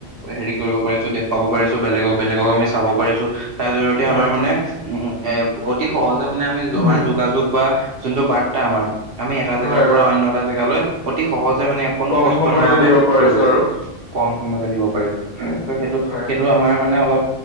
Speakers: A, on the right (about 55°); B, on the left (about 50°).
A: হেৰি কৰিব পাৰিছো, দেখুৱাব পাৰিছো বেলেগক- বেলেগক আমি চাব পাৰিছো। তাৰ জৰিয়তে আমাৰ
B: হয়
A: মানে উম এ অতি সহজে মানে আমি
B: উম
A: আমাৰ যোগাযোগ বা জোনটো বাৰ্তা আমাৰ আমি এটা জেগাৰ
B: হয়
A: পৰা
B: হয়
A: অন্য এটা জেগালৈ অতি সহজ যে মানে কোনো
B: কম
A: কষ্ট
B: সময়তে
A: নোহাৱাকৈ
B: দিব পাৰিছো
A: কৰিব
B: আৰু
A: কম সময়তে দিব
B: উম
A: পাৰিছো, ত সেইটো
B: হয়
A: কিন্তু আমাৰ মানে অলপ